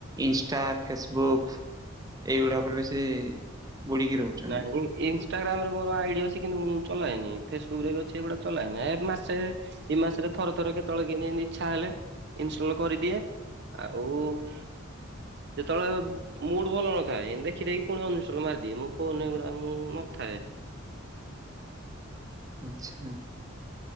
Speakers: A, on the right; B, on the right.
A: ଇନଷ୍ଟା ଫେସବୁକ୍ ଏଇଗୁଡା ଉପରେ ବେଶୀ ବୁଡିକି ରହୁଛନ୍ତି।
B: ନାହିଁ ଇନଷ୍ଟଟାଗ୍ରାମରେ ମୋର ଆଇଡ଼ ଅଛି କିନ୍ତୁ ମୁଁ ଚଲାଏନି ଫେସବୁକ ରେ ବି ଅଛି ଏଗୁଡା ଚଲାଏନି ଏ ମାସେ ଏଇ ମାସ ରେ ଥରେ ଥରେ କେତେବେଳେ କେମିତି ଏମିତି ଇଚ୍ଛା ହେଲେ ଇନଷ୍ଟଲ୍ କରିଦିଏ। ଆଉ ଯେତେବେଳେ ମୁଡ୍ ଭଲ ନଥାଏ, ଏମ ଦେଖିଦେଇକି ପୁଣି ଅନ୍ଇନଷ୍ଟଲ୍ ମାର ଦିଏ, ମୋ ଫୋନ୍ ଗୁଡା ମୁଁ ନଥାଏ।
A: ଆଚ୍ଛା।